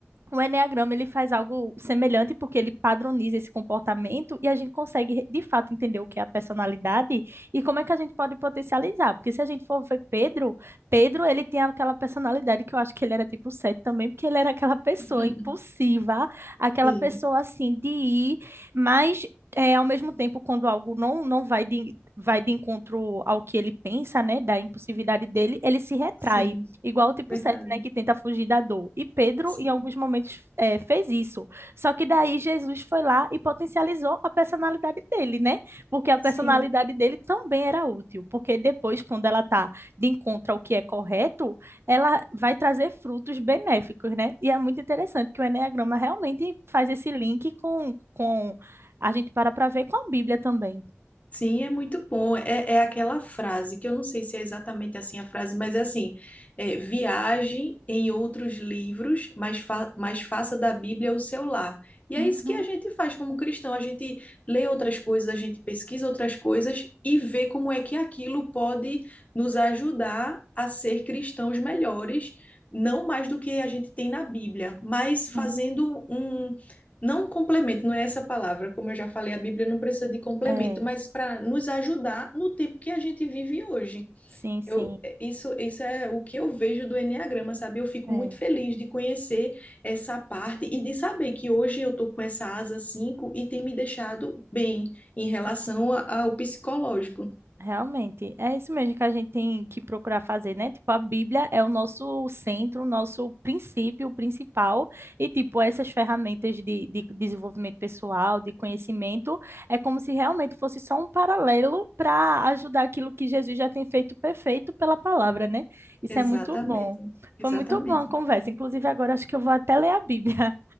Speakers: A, on the right (about 60°); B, on the left (about 30°).
A: O enneagrama ele faz algo semelhante porque ele padroniza esse comportamento e a gente consegue de fato entender o que é a personalidade e como é que a gente pode potencializar. Porque se a gente for ver Pedro, Pedro ele tinha aquela personalidade que eu acho que ele era tipo 7 também, porque ele era aquela pessoa
B: <laughs>
A: impulsiva, aquela
B: Sim,
A: pessoa assim de ir, mas é, ao mesmo tempo, quando algo não, não vai de, vai de encontro ao que ele pensa, né, da impulsividade dele, ele se retrai,
B: sim,
A: igual o tipo
B: verdade.
A: 7, né, que tenta fugir da dor. E Pedro,
B: Sim,
A: em alguns momentos, é, fez isso. Só que daí Jesus foi lá e potencializou a personalidade dele, né? Porque a personalidade
B: sim.
A: dele também era útil, porque depois, quando ela tá de encontro ao que é correto, ela vai trazer frutos benéficos, né? E é muito interessante que o Enneagrama realmente faz esse link com, com a gente para para ver com a Bíblia também.
B: Sim, é muito bom. É, é aquela frase que eu não sei se é exatamente assim a frase, mas é assim: é, viaje em outros livros, mas, fa mas faça da Bíblia o seu lar. E
A: Uhum,
B: é isso que a gente faz como cristão: a gente lê outras coisas, a gente pesquisa outras coisas e vê como é que aquilo pode nos ajudar a ser cristãos melhores, não mais do que a gente tem na Bíblia, mas fazendo
A: uhum.
B: um não complemento, não é essa palavra, como eu já falei, a Bíblia não precisa de complemento,
A: É,
B: mas para nos ajudar no tempo que a gente vive hoje.
A: sim, sim,
B: Eu, é, isso, isso é o que eu vejo do Enneagrama, sabe? Eu fico
A: é,
B: muito feliz de conhecer essa parte e de saber que hoje eu estou com essa asa 5 e tem me deixado bem em relação
A: sim,
B: a- ao psicológico.
A: realmente. É isso mesmo que a gente tem que procurar fazer, né? Tipo, a Bíblia é o nosso centro, o nosso princípio principal, e tipo, essas ferramentas de, de desenvolvimento pessoal, de conhecimento, é como se realmente fosse só um paralelo para ajudar aquilo que Jesus já tem feito perfeito pela palavra, né? Isso
B: Exatamente,
A: é muito bom.
B: exatamente.
A: Foi muito boa a conversa. Inclusive, agora acho que eu vou até ler a Bíblia.